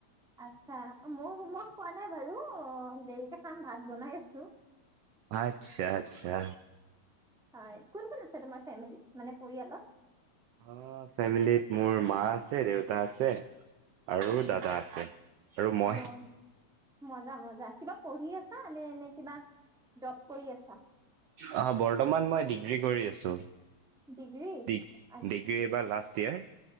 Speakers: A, in the centre; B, on the right (about 75°).
A: আচছা মই মই খোৱা নাই বাৰু অ' দেৰিকে খাম ভাত বনাই আছো
B: আচ্ছা -আচ্ছা
A: হয় কোন -কোন আছে তোমাৰ ফেমিলিত? মানে পৰিয়ালত
B: অ 'ফেমিলত মোৰ মা আছে। দেউতা আছে।। আৰু
A: আচ্ছা
B: দাদা আছে আৰু মই।
A: অ', মজা মজা কিবা পঢ়ি আছা? নে এনে কিবা? জব কৰি আছা?
B: আহ বৰ্তমান মই ডিগ্ৰী কৰি আছোঁ।
A: ডিগ্ৰী
B: ডি
A: অ',
B: ডিগ্ৰী এই বাৰ last year.